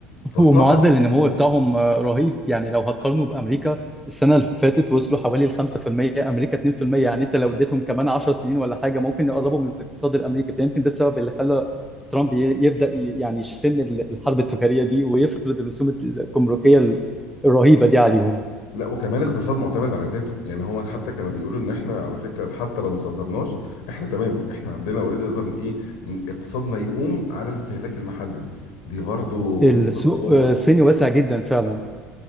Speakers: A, on the left (about 65°); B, in the centre.
A: فطبعا
B: ومعدل النمو
A: في خوف
B: بتاعهم آه، رهيب يعني لو هتقارنه بأمريكا السنة اللي فاتت وصلوا حوالي ال 5% أمريكا 2% يعني أنت لو اديتهم كمان 10 سنين ولا حاجة ممكن يقربوا من الاقتصاد الأمريكي فيمكن ده السبب اللي خلى ترامب ي- يبدأ ي- يعني يشن ال- الحرب التجارية دي ويفرض الرسوم الجمركية ال- الرهيبة دي عليهم
A: لا وكمان اقتصاد معتمد على ذاته يعني هو حتى كانوا بيقولوا ان احنا على فكره حتى لو ما صدرناش احنا تمام احنا عندنا اوريدي نقدر ن- ايه ن- اقتصادنا يقوم على الاستهلاك المحلي دي برضو
B: السوق
A: نقطه قوه
B: آه، الصيني واسع جدا فعلا